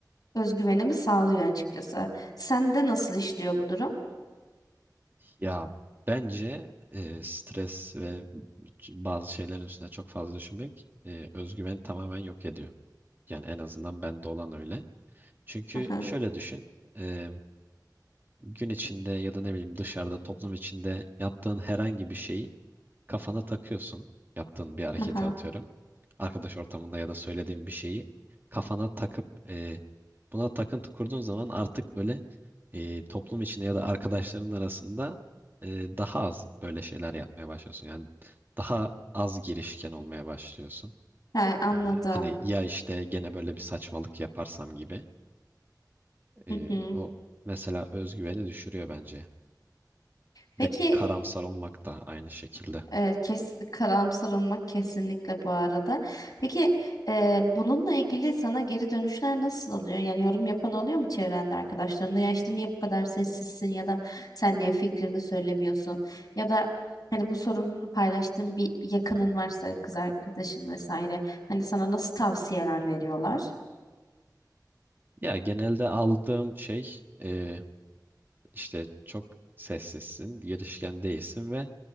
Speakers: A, on the left (about 55°); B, on the right (about 30°).
A: Özgüvenimi sağlıyor açıkçası. Sende nasıl işliyor bu durum?
B: Ya bence eee, stres ve bazı şeylerin üstüne çok fazla düşünmek eee özgüveni tamamen yok ediyor. Yani en azından bende olan öyle. Çünkü
A: Aha,
B: şöyle düşün, eee, gün içinde ya da ne bileyim dışarıda, toplum içinde yaptığın herhangi bir şeyi kafana takıyorsun. Yaptığın bir hareketi
A: aha.
B: atıyorum. arkadaş ortamında ya da söylediğin bir şeyi kafana takıp e, buna takıntı kurduğun zaman artık böyle e, toplum içinde ya da arkadaşların arasında e, daha az böyle şeyler yapmaya başlıyorsun. Yani daha az girişken olmaya başlıyorsun.
A: Ha, anladım.
B: E, hani ya işte gene böyle bir saçmalık yaparsam gibi. E,
A: Hı hı.
B: o mesela özgüveni düşürüyor bence.
A: Peki
B: Bir de karamsar olmak da aynı şekilde.
A: Evet, kes, karamsar olmak kesinlikle bu arada. Peki e, bununla ilgili sana geri dönüşler nasıl oluyor? Yani yorum yapan oluyor mu çevrende arkadaşlarında? Ya işte niye bu kadar sessizsin ya da sen niye fikrini söylemiyorsun? Ya da hani bu sorununu paylaştığın bir yakının varsa kız arkadaşın vesaire. Hani sana nasıl tavsiyeler veriyorlar?
B: Ya genelde aldığım şey e, işte çok sessizsin, girişken değilsin ve